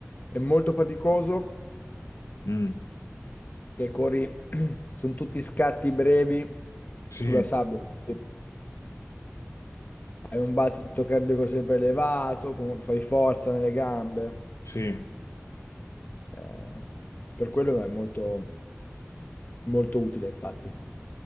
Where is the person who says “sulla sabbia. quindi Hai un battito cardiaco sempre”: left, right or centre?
Left